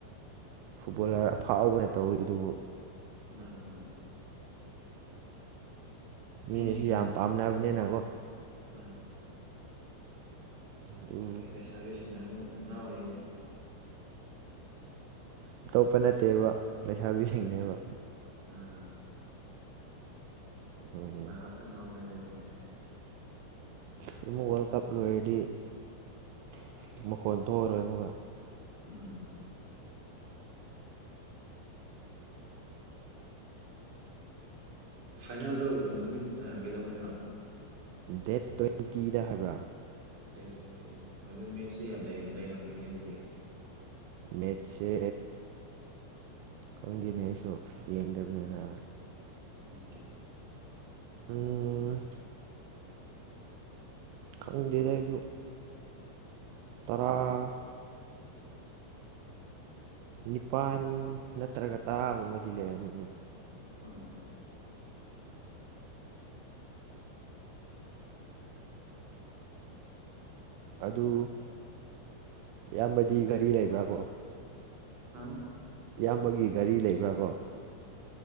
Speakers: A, on the right; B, on the right.
A: ꯐꯨꯠꯕꯣꯂꯥꯔ
B: ꯎꯝ
A: ꯐꯥꯎꯕꯅ ꯇꯧꯋꯤ ꯑꯗꯨꯕꯨ
B: ꯃꯥꯅꯦ ꯃꯥꯅꯦ
A: ꯃꯤꯅꯁꯨ
B: ꯃꯤꯁꯤꯡꯅ
A: ꯌꯥꯝ ꯄꯥꯝꯅꯕꯅꯤꯅꯀꯣ
B: ꯃꯥꯅꯤ
A: ꯑꯗꯨ
B: ꯍꯧꯖꯤꯛ ꯂꯩꯁꯥꯕꯤꯁꯤꯅ ꯑꯃꯨꯛ ꯉꯥꯎꯔꯤꯅꯦ
A: ꯑꯇꯣꯞꯄ ꯅꯠꯇꯦꯕ ꯂꯩꯁꯥꯕꯤꯁꯤꯡꯅꯦꯕ
B: ꯎꯝ
A: ꯎꯝ
B: ꯚꯥꯞꯇ ꯉꯥꯎꯖꯔꯦꯕ ꯃꯣꯏꯁꯦ
A: ꯁꯨꯃ ꯋꯥꯔꯦꯜꯜꯠ ꯀꯞ ꯂꯔꯗꯤ
B: <inaudible>
A: ꯃꯈꯣꯟ ꯊꯣꯛꯑꯔꯣꯏ ꯑꯃꯨꯒ
B: ꯎꯝ ꯐꯥꯏꯅꯦꯜꯗꯣ ꯅꯨꯃꯤꯠ ꯀꯩꯗꯧꯉꯩꯔꯣ
A: ꯗꯦꯠ ꯇ꯭ꯋꯦꯟꯇꯤꯗ ꯍꯥꯏꯕ꯭ꯔꯥ
B: ꯗꯦꯠ ꯇ꯭ꯋꯦꯟꯇꯤ ꯑꯗꯨ ꯃꯦꯠꯁꯨ ꯌꯥꯝ ꯂꯩꯔꯝꯈꯤꯅꯤ ꯑꯗꯨꯗꯤ
A: ꯃꯦꯠꯆꯦ ꯈꯪꯗꯦꯅꯦ ꯑꯩꯁꯨ ꯌꯦꯡꯗꯕꯅꯤꯅ
B: ꯎꯝ
A: ꯎꯝ ꯈꯪꯅꯤꯡꯗꯦꯗ ꯑꯩꯁꯨ ꯇꯔꯥ ꯅꯤꯄꯥꯜ ꯅꯠꯇ꯭ꯔꯒ ꯇꯔꯥꯒꯨꯝꯕꯗꯤ ꯂꯩꯔꯝꯃꯅꯤ
B: ꯑꯣ
A: ꯑꯗꯨ ꯏꯌꯥꯝꯕꯗꯤ ꯒꯥꯔꯤ ꯂꯩꯕ꯭ꯔꯥ ꯀꯣ
B: ꯑ
A: ꯏꯌꯥꯝꯕꯒꯤ ꯒꯥꯔꯤ ꯂꯩꯕ꯭ꯔꯥꯕꯣ